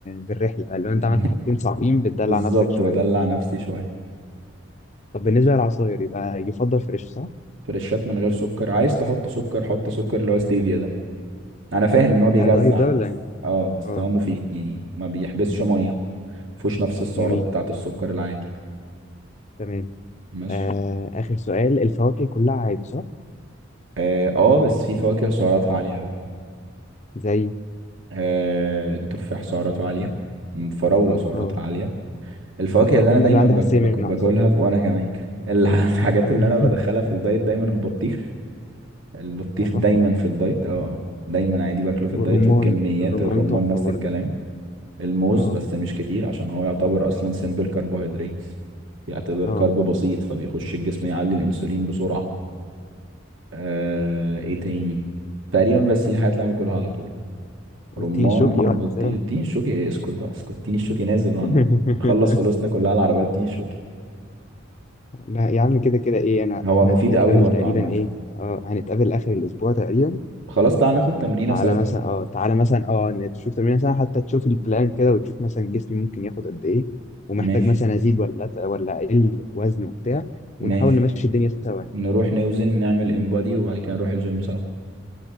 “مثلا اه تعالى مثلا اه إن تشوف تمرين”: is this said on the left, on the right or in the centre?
Left